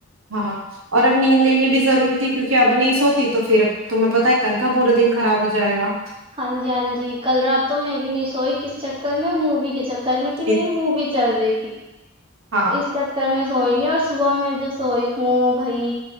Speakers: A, on the right; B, on the right.
A: ہاں <unintelligible> اور اب نیند لینی بھی ضروری تھی کیونکہ اب نہیں سوتی تو پھر تمہیں پتتا ہے کل کا پورا دن خراب ہو جائے گا
B: ہاں جی ہاں جی کل رات تو میں بھی نہیں سوئی کس چک میں موی کے چک کل میں کہ
A: جی
B: میری
A: جی
B: منہ بھی چل رہی تھی
A: ہاں
B: اس چکر میں سوئی نہیں اور صبح میں جو سوئی ہوں بھائی